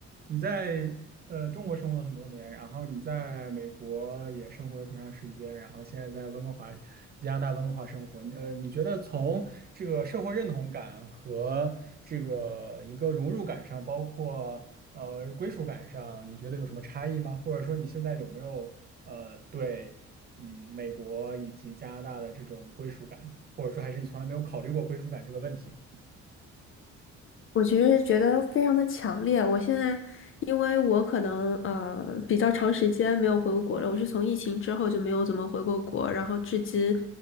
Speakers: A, on the right; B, on the left.
A: 你在呃中国生活了很多年，然后你在美国也生活了这么长时间，然后现在在温哥华，加拿大温哥华生活，呃，你觉得从这个社会认同感和这个一个融入感上，包括呃归属感上，你觉得有什么差异吗？或者说你现在有没有呃对嗯美国以及加拿大的这种归属感，或者说还是你从来没有考虑过归属感这个问题？
B: 我其实觉得非常的强烈。我现在，因为我可能呃比较长时间没有回过国了，我是从疫情之后就没有怎么回过国，然后至今